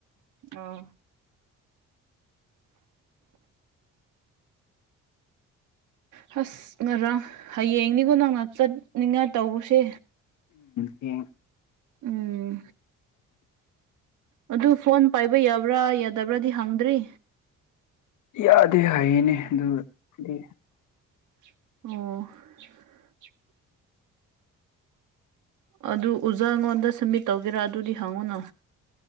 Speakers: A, on the right (about 80°); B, on the left (about 80°).
A: ꯑꯥ ꯍꯁ ꯉ ꯍꯌꯦ ꯌꯦꯡꯅꯤ ꯅꯪ ꯅꯪꯅ ꯆꯠꯅꯤꯡꯉꯥꯏ ꯇꯧꯕꯁꯦ
B: ꯍ
A: ꯎꯝ ꯑꯗꯨ ꯐꯣꯟ ꯄꯥꯏꯕ ꯌꯥꯕ꯭ꯔꯥ ꯌꯥꯗꯕ꯭ꯔꯥꯗꯤ ꯍꯪꯗ꯭ꯔꯤ
B: ꯌꯥꯗꯦ ꯍꯥꯏꯌꯦꯅꯦ ꯑꯗꯨꯗꯤ
A: ꯑꯣ ꯑꯗꯨ ꯎꯖꯥ ꯑꯩꯉꯣꯟꯗ ꯁꯝꯃꯤꯠ ꯇꯧꯒꯦꯔꯥ ꯑꯗꯨꯗꯤ ꯍꯪꯉꯨꯅ